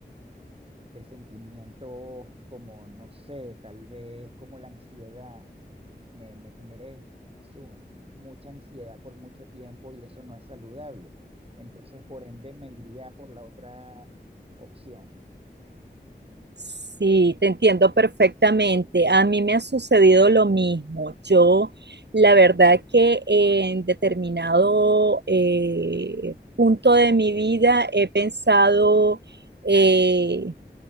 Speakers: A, on the right; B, on the right.
A: de sentimientos como, no sé, tal vez como la ansiedad. Me, me generé su- mucha ansiedad por mucho tiempo y eso no es saludable. Entonces, por ende, me iría por la otra opción.
B: Sí, te entiendo perfectamente. A mí me ha sucedido lo mismo. Yo, la verdad que en determinado eh, punto de mi vida he pensado eh,